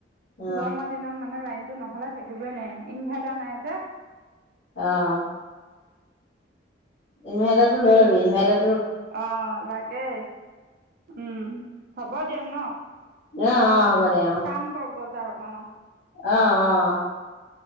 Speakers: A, on the left; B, on the right.
A: অ
B: গৰমৰ দিনত মানে লাইন টো নহ'লে থাকিবই নোৱাৰি, ইনভাৰ্টাৰ নাই যে।
A: অ' ইনভাৰ্টাৰটো লৈ ল'বি, ইনভাৰ্টাৰ
B: অ' লাগে, উম। হ'ব দিয়ক ন?
A: অ' অ' হ'ব। দে অ
B: কাম কৰকগৈ। <unintelligible> অ'
A: অ' অ'।